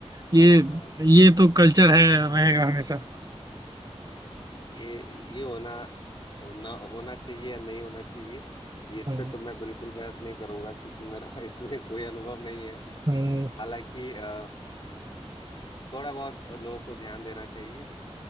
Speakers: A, on the right (about 35°); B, on the left (about 45°).
A: ये
B: हाँ हाँ
A: ये तो कल्चर है रहेगा हमेशा
B: ये ये होना होना होना चाहिए या नहीं होना चाहिए ये इस
A: हम्म,
B: पे तो मैं बिल्कुल बहस नहीं करूंगा क्योंकि मेरा <laughs> इसमें कोई अनुभव नहीं है
A: हम्म,
B: हालांकि अ, थोड़ा बहुत लोगों को ध्यान देना चाहिए